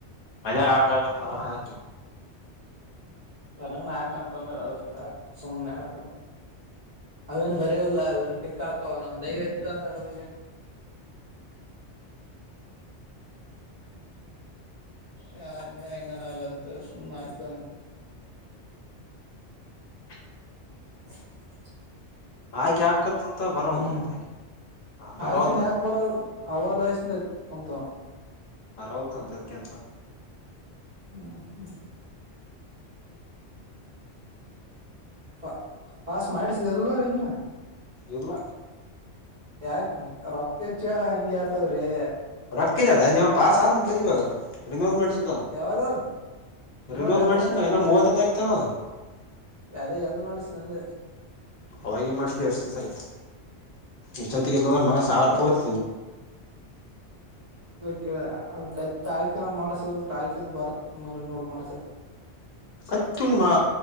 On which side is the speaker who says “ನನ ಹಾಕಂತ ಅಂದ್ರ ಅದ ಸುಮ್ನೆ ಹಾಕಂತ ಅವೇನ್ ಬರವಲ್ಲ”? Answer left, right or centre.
Right